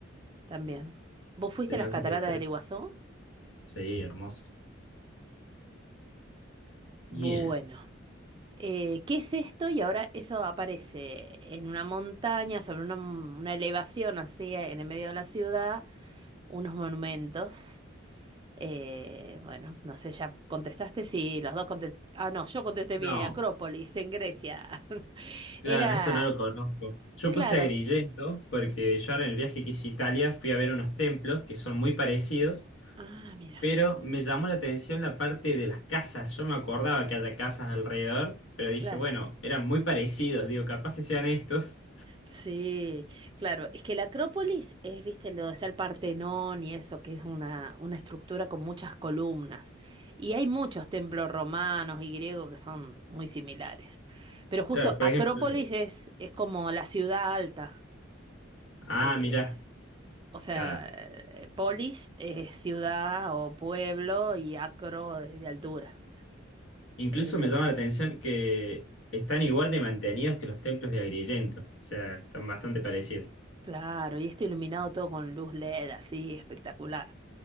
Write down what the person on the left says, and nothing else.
Se
me
hace
que será.
Sí, hermoso.
Bien.
No.
Claro,
eso no lo conozco. Yo
puse a Agrigento porque yo ahora en el viaje que hice a Italia fui a ver unos templos que son muy parecidos,
pero me llamó la atención la parte de las casas. Yo me acordaba que haya casas alrededor, pero dije,
bueno, eran muy parecidos, digo, capaz que sean estos.
Claro, por
ejemplo,
ah,
mirá,
claro.
Incluso
me
llama
la atención que están igual de mantenidos que los templos de Agrigento, o sea, están bastante parecidos.